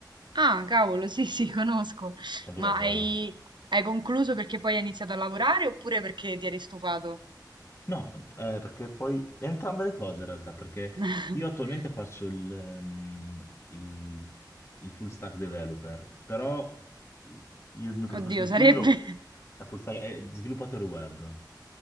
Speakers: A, on the right; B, on the left.
A: Ah, cavolo, sì, sì, conosco.
B: sei presente
A: Ma hai,
B: dov'è
A: hai concluso perché poi hai iniziato a lavorare oppure perché ti eri stufato?
B: No, eh, perché poi entrambe le cose in realtà, perché
A: <laughs>
B: io attualmente faccio il, ehm, il- il full stack developer, però io il mio percorso
A: Oddio,
B: di
A: sarebbe...
B: studio lo-
A: <laughs>
B: è, full stack- è sviluppatore web,